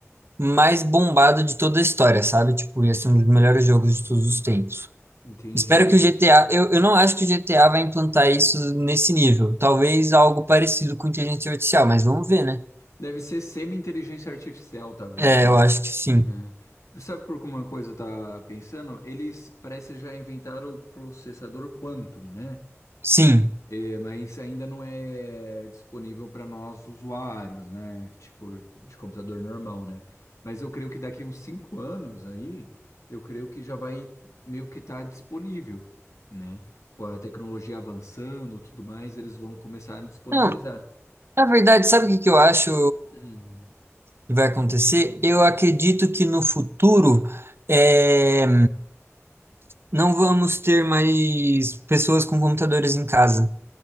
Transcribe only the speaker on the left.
entendi.
Deve ser semi-inteligência artificial, talvez,
né?
É. Sabe por que uma coisa eu tava pensando? Eles parece já inventaram o processador Quantum, né?
É, mas ainda não é disponível para nós usuários, né? Tipo, de computador normal, né? Mas eu creio que daqui uns 5 anos aí, eu creio que já vai meio que estar disponível, né? Com a tecnologia avançando, tudo mais, eles vão começar a disponibilizar.
Hum.